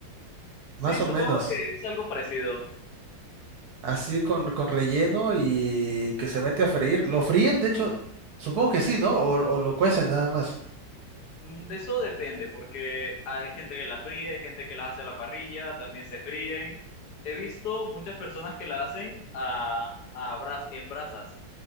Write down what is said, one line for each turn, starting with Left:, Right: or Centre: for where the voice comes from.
Left: Sí,
Right: más o
Left: supongo
Right: menos.
Left: que es algo parecido.
Right: Así con, con relleno y que se mete a freír. ¿Lo fríen? De hecho, supongo que sí, ¿no? O, o lo cuecen nada más.
Left: Mm, De eso depende, porque hay gente que las fríe, hay gente que las hace a la parrilla, también se fríen. He visto muchas personas que la hacen a, a bras- en brasas,